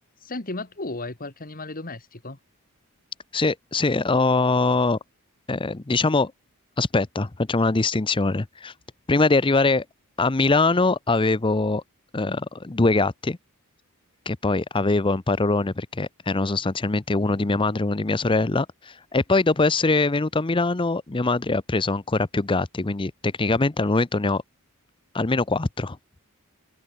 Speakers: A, on the left; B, on the left.
A: Senti, ma tu hai qualche animale domestico?
B: Sì, sì, ho- eh, diciamo, aspetta, facciamo una distinzione. Prima di arrivare a Milano avevo eh, due gatti, che poi avevo un parolone perché erano sostanzialmente uno di mia madre e uno di mia sorella, e poi dopo essere venuto a Milano mia madre ha preso ancora più gatti, quindi tecnicamente al momento ne ho almeno quattro.